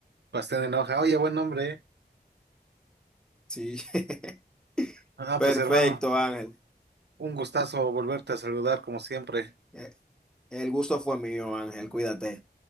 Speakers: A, on the right; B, in the centre.
A: Pastel en hoja. Oye, buen nombre, ¿eh?
B: Sí. <laughs>
A: Ah,
B: Perfecto,
A: pues hermano,
B: Ángel.
A: un gustazo volverte a saludar como siempre.
B: Eh, El gusto fue mío, Ángel. Cuídate.